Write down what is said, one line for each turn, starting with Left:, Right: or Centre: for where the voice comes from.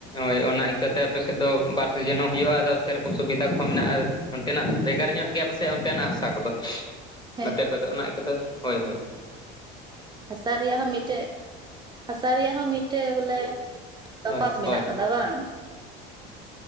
Left: ᱦᱳᱭ ᱚᱱᱟ ᱤᱠᱟᱹᱛᱮ ᱟᱯᱮ ᱥᱮᱫ ᱫᱚ ᱵᱟᱨ ᱥᱤᱡᱤᱱ ᱦᱚᱸ ᱦᱩᱭᱩᱜ-ᱟ ᱟᱫᱚ ᱥᱮᱨᱚᱠᱚᱢ ᱥᱩᱵᱤᱫᱷᱟ ᱠᱚᱦᱚᱸ ᱢᱮᱱᱟᱜ-ᱟ᱾ ᱚᱱᱛᱮᱱᱟᱜ ᱵᱷᱮᱜᱟᱨ ᱧᱚᱜ ᱜᱮᱭᱟ ᱯᱟᱥᱮ ᱚᱱᱛᱮᱱᱟᱜ ᱦᱟᱥᱟ ᱠᱚᱫᱚ?
Right: <unintelligible>
Left: ᱱᱚᱛᱮ ᱠᱷᱚᱡ ᱫᱚ ᱚᱱᱟ ᱤᱠᱟᱹᱛᱮ ᱦᱳᱭ ᱦᱳᱭ᱾
Right: ᱦᱟᱥᱟ ᱨᱮᱭᱟᱜ ᱦᱚᱸ ᱢᱤᱫᱴᱮᱡ ᱦᱟᱥᱟ ᱨᱮᱭᱟᱜ ᱦᱚᱸ ᱢᱤᱫᱴᱮᱡ ᱵᱚᱞᱮ ᱛᱚᱯᱷᱟᱛ
Left: ᱦᱳᱭ
Right: ᱢᱮᱱᱟᱜ-ᱟ᱾
Left: ᱦᱳᱭ
Right: ᱫᱟ ᱵᱟᱝ,